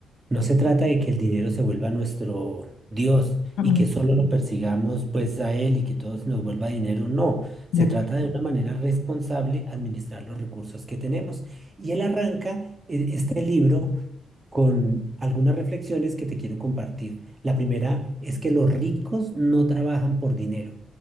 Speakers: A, on the right; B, on the left.
A: No se trata de que el dinero se vuelva nuestro Dios
B: Mm,
A: y que solo lo persigamos pues a él y que todo se nos vuelva dinero, no. Se
B: De acuerdo.
A: trata de una manera responsable administrar los recursos que tenemos. Y él arranca eh, este libro con algunas reflexiones que te quiero compartir. La primera es que los ricos no trabajan por dinero,